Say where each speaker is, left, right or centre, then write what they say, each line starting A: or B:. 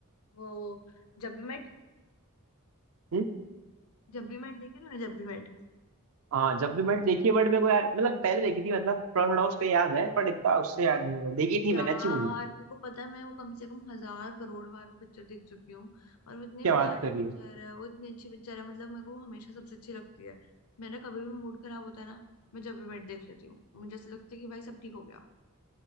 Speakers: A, on the left (about 80°); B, on the right (about 70°).
A: वो जब भी मैट
B: हम्म
A: जब भी मैट देखी तूने जब भी मैट
B: हाँ जब भी मैंने देखी है बट मेरे को यार मतलब पहले देखी थी मतलब थोड़ा थोड़ा उसका याद है पर इतना उससे याद नहीं होगा देखी थी
A: यार
B: मैंने अच्छी मूवी थी
A: तेरे को पता है मैं वो कम से कम हजार करोड़ बार वो पिक्चर देख चुकी हूँ और वो इतनी
B: क्या बात
A: प्यारी
B: कर
A: पिक्चर
B: रही है
A: है वो इतनी अच्छी पिक्चर है मतलब मेरे को वो हमेशा सबसे अच्छी लगती है मेरा कभी भी मूड खराब होता है ना मैं जब भी मैट देख लेती हूँ मुझे ऐसा लगता है कि भाई सब ठीक हो गया